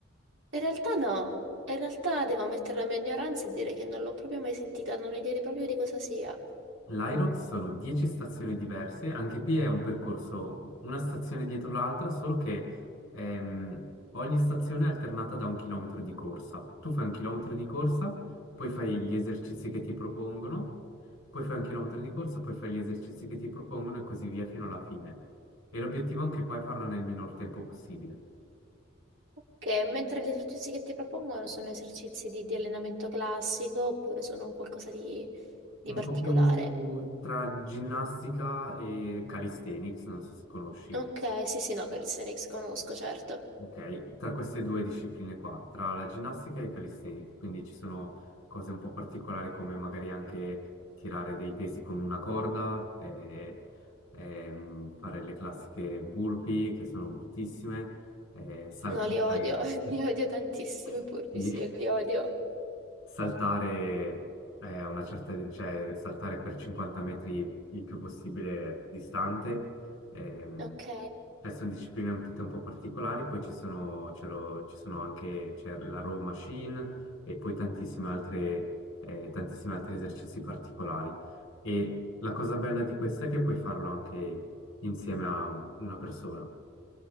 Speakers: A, on the right; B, on the left.
A: In realtà no, in realtà devo ammettere la mia ignoranza e dire che non l'ho proprio mai sentita, non ho idea proprio di cosa sia.
B: L'Irox sono 10 stazioni diverse, anche qui è un percorso, una stazione dietro l'altra, solo che ehm, ogni stazione è alternata da un chilometro di corsa. Tu fai un chilometro di corsa, poi fai gli esercizi che ti propongono, poi fai un chilometro di corsa, poi fai gli esercizi che ti propongono e così via fino alla fine. E l'obiettivo anche qua è farlo nel minor tempo possibile.
A: Ok, mentre gli esercizi che ti propongono sono esercizi di, di allenamento classico oppure sono un qualcosa di, di
B: Un
A: particolare?
B: po' più tra ginnastica e calisthenics, non so se conosci.
A: Ok, sì, sì, no, calisthenics conosco, certo.
B: Ok, tra queste due discipline qua, tra la ginnastica e il calisthenics, quindi ci sono cose un po' particolari come magari anche tirare dei pesi con una corda, eh, ehm, fare le classiche burpee che sono bruttissime, eh, saltare,
A: No, li odio, <laughs> li odio tantissimo,
B: <laughs>
A: i polpi, sì,
B: sì,
A: io li odio.
B: saltare eh, a una certa, cioè saltare per 50 metri il più possibile distante. ehm,
A: Ok.
B: cioè, sono discipline tutte un po' particolari, poi ci sono, c'è lo- ci sono anche c'è la row machine e poi tantissime altre, eh, tantissimi altri esercizi particolari. E la cosa bella di questo è che puoi farlo anche insieme a una persona.